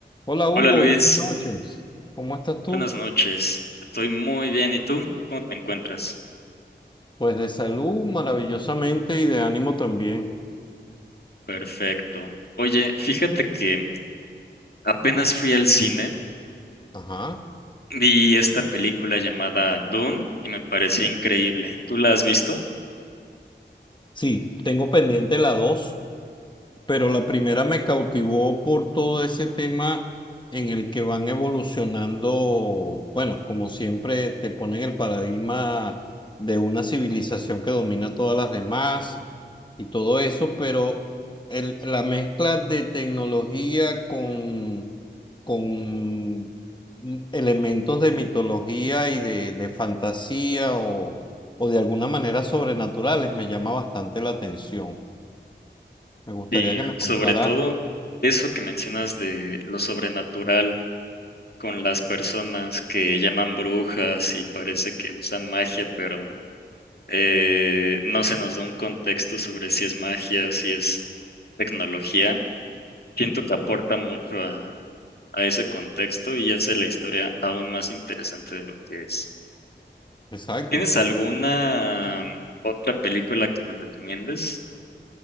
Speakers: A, on the left; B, on the left.
A: Hola Hugo,
B: Hola Luis,
A: buenas noches. ¿Cómo estás tú?
B: buenas noches. Estoy muy bien. ¿Y tú? ¿Cómo te encuentras?
A: Pues de salud maravillosamente y de ánimo también.
B: Perfecto. Oye, fíjate que apenas fui al cine,
A: Ajá.
B: vi esta película llamada Dune y me pareció increíble. ¿Tú la has visto?
A: Sí, tengo pendiente la 2. pero la primera me cautivó por todo ese tema en el que van evolucionando, bueno, como siempre te ponen el paradigma de una civilización que domina todas las demás y todo eso, pero el- la mezcla de tecnología con, con elementos de mitología y de, de fantasía o, o de alguna manera sobrenaturales me llama bastante la atención. Me gustaría
B: Y
A: que me contaras
B: sobre todo eso que mencionas de lo sobrenatural con las personas que llaman brujas y parece que usan magia, pero eh, no se nos da un contexto sobre si es magia, si es tecnología. Siento que aporta mucho a, a ese contexto y hace la historia aún más interesante de lo que es.
A: Exacto.
B: ¿Tienes
A: porque-
B: alguna otra película que me recomiendes